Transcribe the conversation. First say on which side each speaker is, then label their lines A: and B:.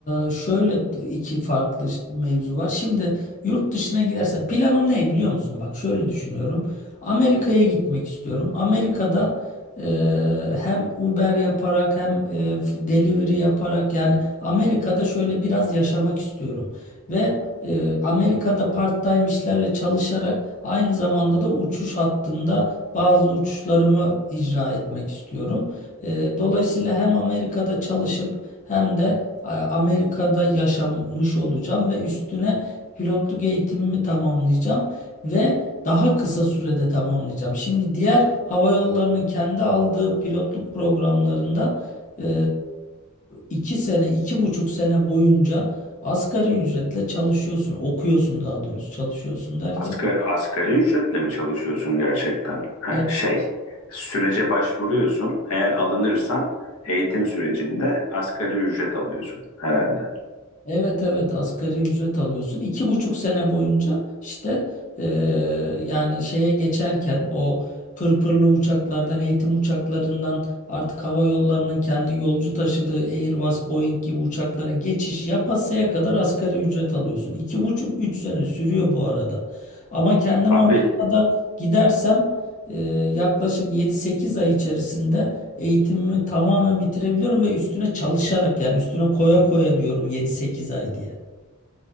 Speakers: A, on the left (about 35°); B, on the left (about 80°).
A: e, şöyle iki farklı ş- mevzu var. Şimdi yurt dışına gidersen planım ne biliyor musun? Bak şöyle düşünüyorum. Amerika'ya gitmek istiyorum. Amerika'da e, hem Uber yaparak hem e, f- delivery yaparak yani Amerika'da şöyle biraz yaşamak istiyorum. Ve e, Amerika'da part-time işlerle çalışarak aynı zamanda da uçuş hattında bazı uçuşlarımı icra etmek istiyorum. E, dolayısıyla hem Amerika'da çalışıp hem de e, Amerika'da yaşamış olacağım ve üstüne pilotluk eğitimimi tamamlayacağım ve daha kısa sürede tamamlayacağım. Şimdi diğer hava yollarının kendi aldığı pilotluk programlarında e, iki sene, iki buçuk sene boyunca asgari ücretle çalışıyorsun, okuyorsun daha doğrusu çalışıyorsun derken
B: Asgari, asgari ücretle mi çalışıyorsun gerçekten? Ha,
A: e,
B: şey, sürece başvuruyorsun. Eğer alınırsan eğitim sürecinde asgari ücret alıyorsun herhalde.
A: Evet evet asgari ücret alıyorsun. İki buçuk sene boyunca işte eee, yani şeye geçerken o pırpırlı uçaklardan eğitim uçaklarından artık hava yollarının kendi yolcu taşıdığı Airbus, Boeing gibi uçaklara geçiş yapasaya kadar asgari ücret alıyorsun. İki buçuk üç sene sürüyor bu arada. Ama kendim
B: Abi,
A: Amerika'da gidersem eee, yaklaşık yedi sekiz ay içerisinde eğitimimi tamamen bitirebiliyorum ve üstüne çalışarak yani üstüne koya koya diyorum yedi sekiz ay diye.